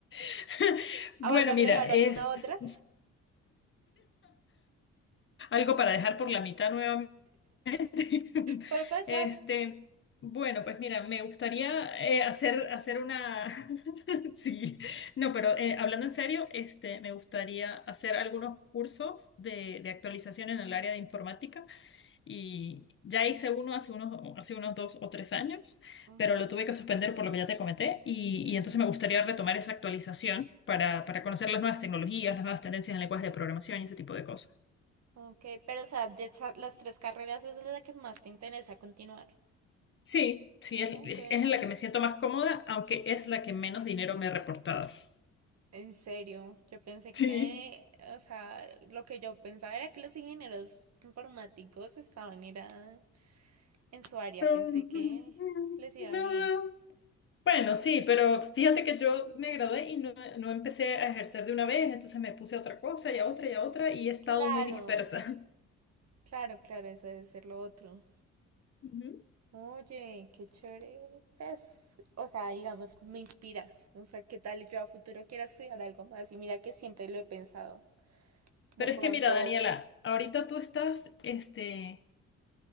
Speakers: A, on the left; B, on the right.
A: <laughs>
B: ¿Ah,
A: Bueno,
B: vas a agregar
A: mira,
B: alguna
A: es
B: otra?
A: <laughs> algo para dejar por la mitad nuevamente. <laughs>
B: Puede pasar.
A: Este, bueno, pues mira, me gustaría eh, hacer, hacer una... <laughs> Sí, no, pero eh, hablando en serio, este, me gustaría hacer algunos cursos de, de actualización en el área de informática Y ya hice uno hace unos, hace unos dos o tres años,
B: Ajá,
A: pero lo tuve que suspender por lo que ya te comenté. Y,
B: sí.
A: y entonces me gustaría retomar esa actualización para, para conocer las nuevas tecnologías, las nuevas tendencias en lenguajes de programación y ese tipo de cosas.
B: Ok, pero o sea, de esa- las tres carreras esa es la que más te interesa continuar.
A: Sí, sí, es,
B: Ok,
A: es en la que me siento más cómoda, aunque es la que menos dinero me ha reportado. <laughs>
B: en serio, yo pensé
A: Sí.
B: que, o sea, lo que yo pensaba era que los ingenieros informáticos estaban era en su área,
A: Um,
B: pensé que les iba
A: No.
B: bien.
A: Bueno, sí, pero fíjate que yo me gradué y no, no empecé a ejercer de una vez, entonces me puse a otra cosa y a otra y a otra y he estado
B: Claro,
A: muy dispersa.
B: claro, claro, eso debe ser lo otro.
A: <laughs> Ujú.
B: Oye, qué chévere. Pues, o sea, digamos, me inspiras. O sea, ¿qué tal yo a futuro quiera estudiar algo más? Y mira que siempre lo he pensado.
A: Pero
B: De pronto,
A: es que mira, Daniela, ahorita tú estás este,